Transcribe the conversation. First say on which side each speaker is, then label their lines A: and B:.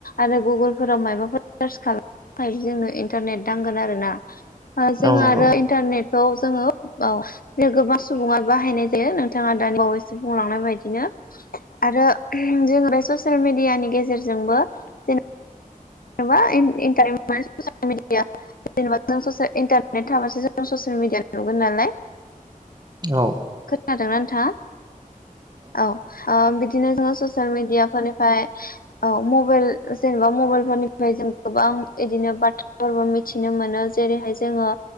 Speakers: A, on the left (about 80°); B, on the right (about 30°).
A: आरो गुबुनफोराव मायबाफोर सार्च खालामनो ओमफ्राय जोंनो इन्टारनेट नांगोन आरो ना जोङो
B: औ नंगौ
A: आरो इन्टारनेटखौ जोङो औ गोबां सुबुङा बाहायनाय जायो नोंथाङा दानि बावैसो बुंलांनाय बायदिनो आरो जोंङो बे ससियेल मिडियानि गेजेरजोंबो जेन <unintelligible> जेनेबा जों स इन्टारनेट थाबासो जों ससियेल मिडिया नुगोन नालाय
B: औ
A: खोनादोंना नोंथाङा औ ओ बिदिनो जोंङो ससियेल मिडिया फोरनिफ्राय औ मबेल जेनबा मबेल फोरनिफ्राय जों गोबां इदिनो बाथ्रा फोरबो मिथिनो मोनो जेरैहाय जोंङो